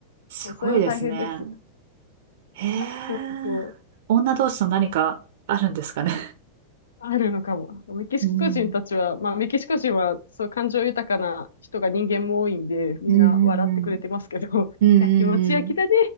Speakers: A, on the right; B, on the left.
A: すごいですね。
B: もうそれは大変です。
A: へえ。
B: そうそう。
A: 女同士の何かあるんですかね。
B: あるのかも。メキシコ人たちは、
A: うん
B: まあ、メキシコ人は、そう、感情豊かな人が人間も多いんで、みんな笑ってくれてますけど、
A: うんうん
B: <laughs>
A: うんうんうん
B: 焼きもち焼きだね、